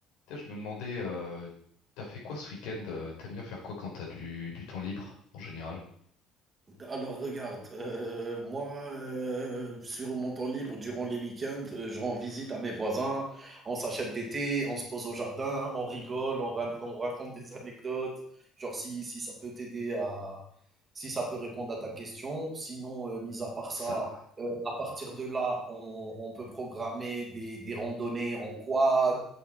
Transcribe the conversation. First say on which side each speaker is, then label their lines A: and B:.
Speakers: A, on the left; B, on the right.
A: Putain, je me demandais, euh, t'as fait quoi ce week-end? euh, T'aimes bien faire quoi quand t'as du, du temps libre en général?
B: Alors regarde, euh, moi, euh, sur mon temps libre, durant les week-ends, euh, je rends visite à mes voisins, on s'achète des thés, on se pose au jardin, on rigole, on, ra- on raconte des anecdotes, genre si, si ça peut t'aider à... si ça peut répondre à ta question. Sinon, euh, mis à part ça,
A: Ça,
B: euh, à partir de là, on, on peut programmer des, des randonnées en quad